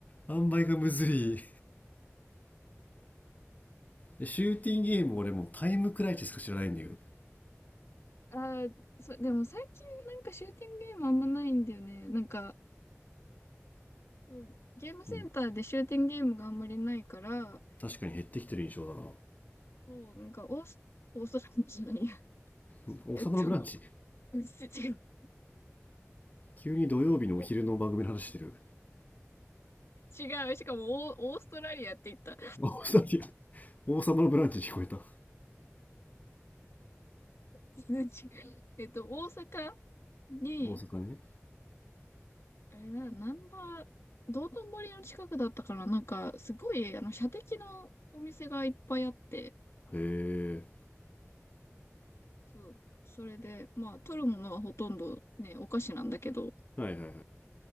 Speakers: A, on the left; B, on the left.
A: 塩梅がむずい。でシューティングゲーム俺もうタイムクライチしか知らないんだよ。
B: ああそう、でも最近なんかシューティングゲームあんまないんだよね。なんか、うんゲームセンターでシューティングゲームがあんまりないから、
A: うん、確かに減ってきてる印象だな。
B: そう、なんかオース、オーストラリアじゃないや。<laughs>
A: うん王様のブランチ。
B: えっと、<laughs> うん違う。
A: 急に土曜日のお昼の番組の話してる。
B: お、違う。しかもオー、オーストラリアって言った。
A: 王様王様のブランチに聞こえた。
B: <laughs> 数値えっと、大阪に、
A: 大阪ね。
B: あれな、ナンバー、道頓堀の近くだったから、なんか、すごい、あの、射的のお店がいっぱいあって、
A: へえ。
B: そう、それで、まあ、取るものはほとんどね、お菓子なんだけど、
A: はいはいはい。